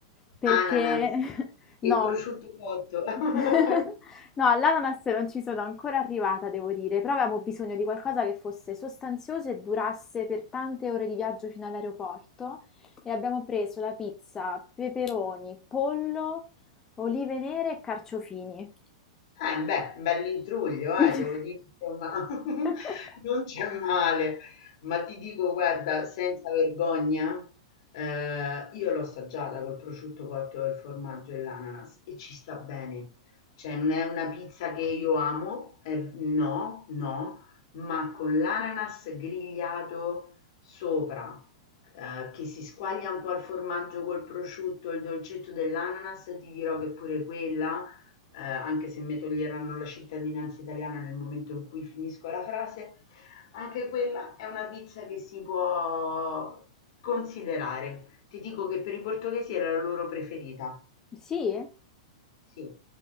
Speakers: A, on the left; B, on the left.
A: perché
B: Ananas
A: <laughs> no.
B: e prosciutto cotto. <laughs>
A: <laughs> No, all'ananas non ci sono ancora arrivata, devo dire, però avevamo bisogno di qualcosa che fosse sostanzioso e durasse per tante ore di viaggio fino all'aeroporto e abbiamo preso la pizza, peperoni, pollo, olive nere e carciofini.
B: Eh beh, un bell'intruglio
A: <laughs>
B: eh, devo dire insomma, <laughs> non c'è male. Ma ti dico guarda, senza vergogna, ehm, io l'ho assaggiata col prosciutto cotto, il formaggio e l'ananas e ci sta bene. Cioè non è una pizza che io amo, eh, no, no, ma con l'ananas grigliato sopra, eh, che si squaglia un po' il formaggio col prosciutto, il dolcetto dell'ananas, ti dirò che pure quella eh, anche se mi toglieranno la cittadinanza italiana nel momento in cui finisco la frase, anche quella è una pizza che si può considerare. Ti dico che per i portoghesi era la loro preferita.
A: Sì?
B: Sì.